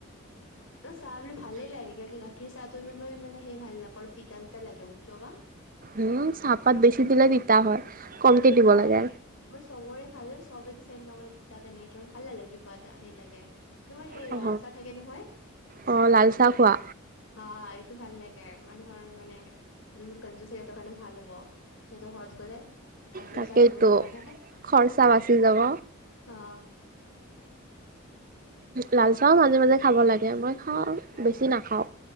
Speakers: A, on the left; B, on the right.
A: ত চাহ বোলো ফালে লাগে <inaudible> কি চাহটো ইমান মান মানে ভাল নাপায়। অপল তিতা তিতা লাগে মোৰ কিয় বা
B: উম চাহপাত বেছি দিলে দি, তিতা হয়। কমকৈ
A: নহয়,
B: দিব লাগে
A: মই চবৰে খালো। চবেতো চেম নবনায় তাত এনেকে, আৰু ভাল নালাগে কিবা সেই লাগে। মোৰ সেই
B: অঁ
A: ৰঙা চাহ থাকে নহয়,
B: অঁ লাল চাহ খোৱা
A: হাঁ, এইটো ভাল লাগে। মানুহৰ, মানে, যোনবোৰ কঞ্জুচ হেল্থৰ কাৰণেও ভাল হ'ব। সিহঁতৰ ঘৰত গলে গাখীৰ-চাহ
B: তাকেইতো
A: দিব নালাগে,
B: খৰচা বাচি যাব
A: অ'।
B: লাল চাহও মাজে-মাজে খাব লাগে, মই খাওঁ।
A: উম
B: বেছি নাখাওঁ।